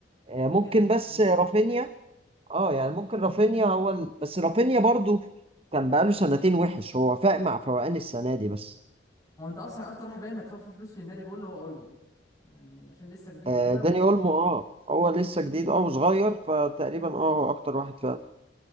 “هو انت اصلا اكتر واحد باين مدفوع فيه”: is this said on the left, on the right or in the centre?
Left